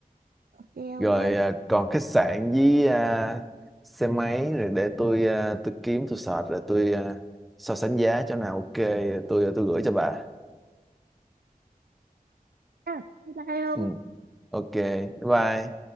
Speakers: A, on the right; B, in the centre.
A: Ok không
B: rồi
A: nhá?
B: à, còn khách sạn với à, xe máy rồi để tôi à, tôi kiếm tôi search rồi tôi à, so sánh giá chỗ nào ok rồi tôi à, tôi gửi cho bà
A: À, thế là không?
B: ừ. ok bye bye